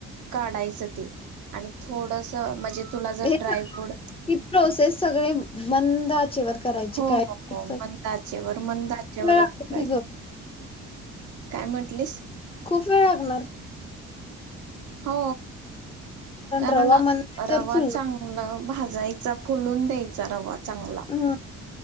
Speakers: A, on the right; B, on the left.
A: काढायचं ते आणि थोडस म्हणजे तुला जर
B: <unintelligible>
A: ड्रायफ्रूट
B: ही प्रोसेस सगळी मंद आचेवर करायची
A: हो
B: काय
A: हो
B: असं?
A: हो मंदआचेवर व मंदआचेवरच
B: वेळ लागतो
A: करायची.
B: की ग
A: काय म्हंटलीस?
B: खूप वेळ लागणार.
A: हो. कारण
B: रवा मंद आचेवर
A: रवा
B: फुलणार
A: चांगला भाजायचा फुलून <unintelligible> चांगला.
B: हम्म